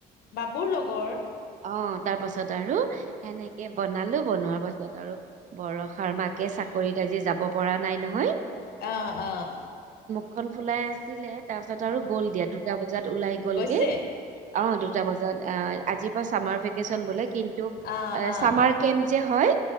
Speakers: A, on the left (about 65°); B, on the right (about 45°).
A: বাবুৰ লগৰ
B: অ তাৰ পাছত আৰু সেনেকে বনালো বনোৱাৰ পাছত আৰু বৰষাৰ মাকে চাকৰিত আজি যাব পৰা নাই নহয়
A: অহ অহ
B: মুখ খন ফুলাই আছিলে তাৰ পাছত আৰু গ'ল দিয়া দুটা বজাত ওলাই গ'লগৈ
A: গৈছে
B: অ দুটা বজাত অ আজি চামাৰ ভিকেচন বোলে কিন্তু আ
A: আহ আহ
B: চামাৰ কেম্প যে হয়